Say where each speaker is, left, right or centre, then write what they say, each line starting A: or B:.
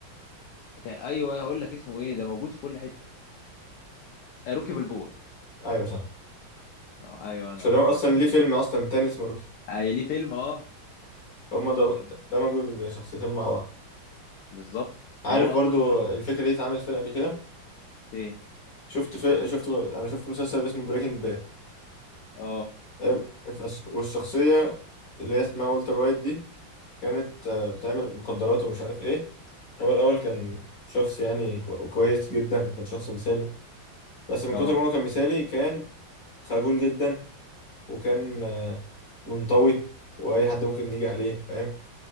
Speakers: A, on the left (about 70°); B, on the left (about 45°).
A: كان ايوه هقول لك اسمه ايه ده موجود في كل حته آه روكي بالبوع
B: ايوه صح
A: اه ايوه انا
B: عشان هو
A: كويس
B: اصلا ليه فيلم اصلا تاني اسمه روكي
A: آه ليه فيلم اه
B: هما ده دمجوا الشخصيتين مع بعض
A: بالظبط
B: عارف
A: ده هو
B: برضو
A: اصلا الر...
B: الفكره دي اتعملت فين قبل كده
A: في إيه؟
B: شفت في... شفت انا شفت مسلسل اسمه بريكنج باد
A: اه
B: تمام؟ فس- والشخصية اللي هي اسمها والتر وايت دي كانت آه، بتعمل مخدرات ومش عارف ايه هو الأول كان شخص يعني كو- كويس جدا كان شخص مثالي بس من
A: اه
B: كتر ما هو كان مثالي كان خجول جدا وكان آه، منطوي وأي حد ممكن يجي عليه فاهم